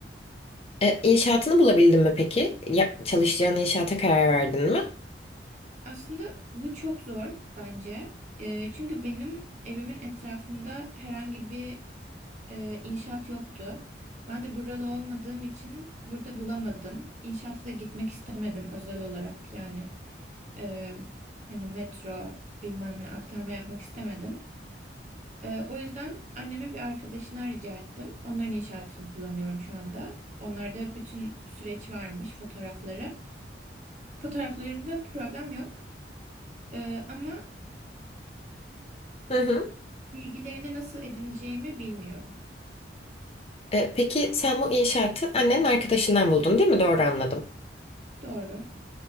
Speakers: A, on the left; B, on the right.
A: E, inşaatını bulabildin mi peki? Ya, çalışacağın inşaata karar verdin mi?
B: Aslında bu çok zor bence. Eee, çünkü benim evimin etrafında herhangi bir eee, inşaat yoktu. Ben de buralı olmadığım için burada bulamadım. İnşaata da gitmek istemedim özel olarak yani. Eee, hani metro bilmem ne aktarma yapmak istemedim. Eee, o yüzden annemin bir arkadaşına rica ettim. Onların inşaatını kullanıyorum şu anda. Onlarda bütün süreç varmış fotoğrafları. Fotoğraflarımda problem yok. Ee, ama
A: Hı hı.
B: Bilgilerini nasıl edineceğimi bilmiyorum.
A: E, peki sen bu inşaatı annenin arkadaşından buldun değil mi? Doğru anladım.
B: Doğru.